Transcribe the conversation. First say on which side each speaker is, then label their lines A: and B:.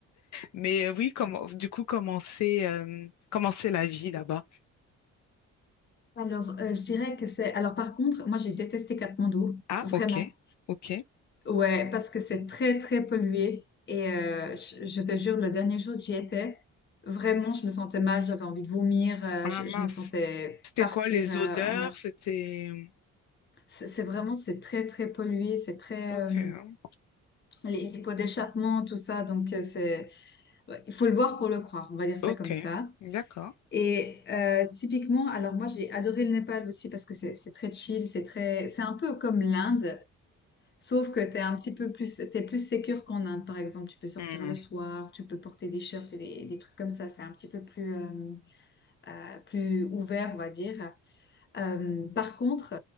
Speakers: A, on the left; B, on the left.
A: Mais euh, oui, comment, du coup, comment c'est, euh, comment c'est la vie là-bas?
B: Alors, euh, je dirais que c'est... Alors, par contre, moi, j'ai détesté Katmandou,
A: Ah,
B: vraiment.
A: ok, ok.
B: Ouais, parce que c'est très, très pollué. Et euh, je, je te jure, le dernier jour que j'y étais, vraiment, je me sentais mal, j'avais envie de vomir, euh,
A: Ah
B: je,
A: mince.
B: je me sentais
A: C'était
B: partir
A: quoi les
B: euh,
A: odeurs?
B: en... Af-
A: C'était...
B: C'est c'est vraiment, c'est très, très pollué, c'est très...
A: Ok,
B: euh,
A: hein.
B: les, les pots d'échappement, tout ça, donc euh, c'est... ouais, il faut le voir pour le croire, on va dire ça
A: ok,
B: comme ça.
A: d'accord.
B: Et euh, typiquement, alors moi j'ai adoré le Népal aussi parce que c'est c'est très chill, c'est très, c'est un peu comme l'Inde, sauf que t'es un petit peu plus, t'es plus sécure qu'en Inde par exemple. Tu peux sortir
A: Hmm,
B: le soir, tu peux porter des shirts et des, des trucs comme ça. C'est un petit peu plus euh, euh, plus ouvert, on va dire. Euh, par contre,